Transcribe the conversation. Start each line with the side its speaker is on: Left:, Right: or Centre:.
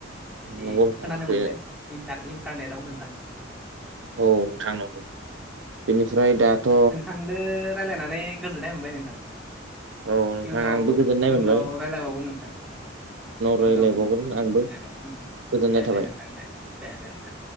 Centre: बिदि
Right: नंगौ नोंथां
Centre: खोनानो
Right: बे
Centre: मोनदों इन्टा-इन्टारनेटाव नोंथां
Right: औ नोंथां नंगौ बेनिफ्राय दाथ'
Centre: नोंथांदो राय्लायनानै गोजोननाय मोनबाय नोंथां
Right: औ नोंथां
Centre: इयुनाव
Right: आंबो गोजोननाय
Centre: इयुनाव
Right: मोनबाय
Centre: रायलायबावगोन नोंथां। इयुनाव
Right: रायलायबावगोन आंबो
Centre: दे
Right: गोजोननाय थाबाय
Centre: दे नोंथां दे दे दे